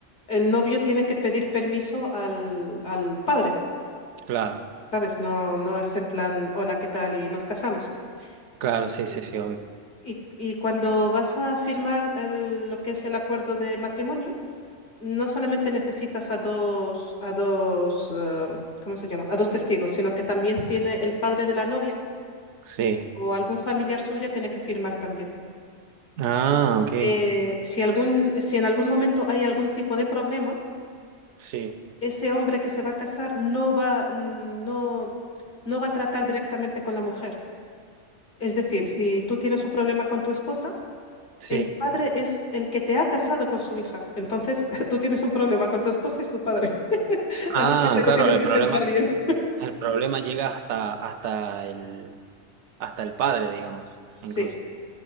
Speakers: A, on the left; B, on the right.
A: el novio tiene que pedir permiso al, al padre,
B: Claro,
A: ¿sabes? No, no es en plan, hola, ¿qué tal? y nos casamos.
B: claro, sí, sí,
A: Y,
B: sí, obvio.
A: y- y cuando vas a firmar el- lo que es el acuerdo de matrimonio, no solamente necesitas a dos, a dos, eh, ¿cómo se llama? A dos testigos, sino que también tiene el padre de la novia
B: Sí.
A: o algún familiar suya tiene que firmar también.
B: Ah, ok.
A: Eh, si algún, si en algún momento hay algún tipo de problema,
B: Sí,
A: ese hombre que se va a casar no va, mm, no, no va a tratar directamente con la mujer. Es decir, si tú tienes un problema con tu esposa,
B: sí.
A: el padre es el que te ha casado con su hija. Entonces, <laughs> tú tienes un problema con tu esposa y su padre. <laughs>
B: Ah,
A: Así que te
B: claro,
A: lo tienes
B: el
A: que
B: problema.
A: pensar bien.
B: El problema llega hasta, hasta el, hasta el padre, digamos,
A: Sí.
B: incluso.